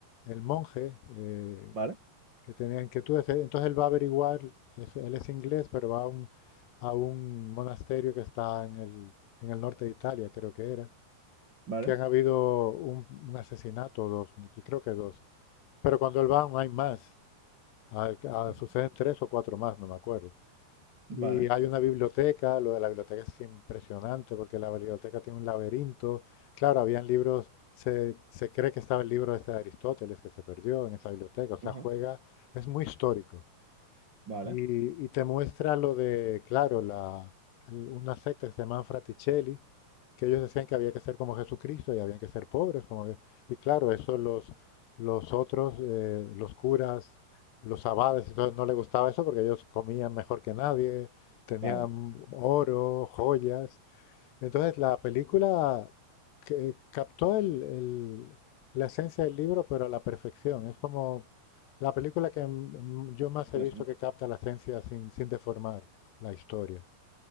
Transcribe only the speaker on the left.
el monje, eh,
que tenían inquietudes. Entonces él va a averiguar, es- él es inglés, pero va a un, a un monasterio que está en el, en el norte de Italia, creo que era,
que han habido un, un asesinato, dos, creo que dos. Pero cuando él va no hay más, Ah, ah,
suceden tres o cuatro más, no me acuerdo.
Y hay una biblioteca, lo de la biblioteca es impresionante porque la biblioteca tiene un laberinto. Claro, habían libros, se, se cree que estaba el libro este de Aristóteles que se perdió en esa biblioteca, o sea,
juega, es muy histórico.
Y, y te muestra lo de, claro, la, el- una secta que se llaman Fraticelli, que ellos decían que había que ser como Jesucristo y habían que ser pobres. Como que- y claro, eso los, los otros, eh, los curas, los abades, y todo, no les gustaba eso porque ellos comían mejor que nadie, tenían
oro, joyas, entonces, la película que eh, captó el- el- la esencia del libro, pero a la perfección. Es como la película que mm, yo más
he visto que capta la esencia sin, sin deformar la historia.